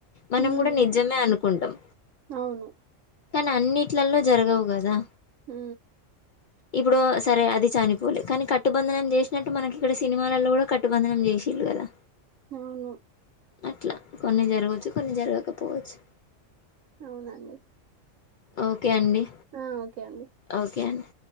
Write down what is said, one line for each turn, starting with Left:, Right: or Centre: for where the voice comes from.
Left: మనం
Right: ఉమ్
Left: గూడా నిజమే అనుకుంటాం
Right: అవును
Left: కానీ అన్నీట్లలో జరగవు గదా
Right: హ
Left: ఇప్పుడు సరే అది చనిపోలే కానీ కట్టుబంధనం చేసినట్టు మనకి ఇక్కడ సినిమాలలో కూడా కట్టుబంధనం జేసిర్రు గదా
Right: అవును
Left: అట్లా కొన్ని జరగొచ్చు కొన్ని జరగకపోవచ్చు
Right: అవునండి
Left: ఓకే అండి
Right: ఆ ఓకే అండి
Left: ఓకే అండి